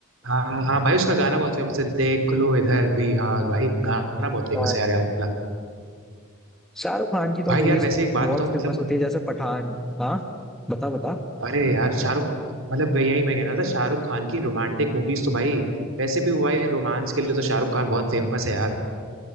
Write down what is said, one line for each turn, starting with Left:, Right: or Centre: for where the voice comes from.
Right: हाँ हाँ भाई उसका गाना बहुत फेमस है देख लो इधर भी हाँ भाई गाना बहुत फेमस
Centre: हाँ।
Right: है यार ये वाला।
Centre: शाहरुख खान की तो
Right: भाई
Centre: मूवीज
Right: यार वैसे एक बात
Centre: बहुत
Right: बताऊँ मतलब
Centre: फेमस होती है जैसे पठान हाँ बता बता
Right: अरे यार शाहरुख मतलब यही मैं कहना था शाहरुख खान की रोमांटिक मूवीज तो भाई वैसे भी हुआ है रोमांस के लिए तो शाहरुख खान बहुत फेमस है यार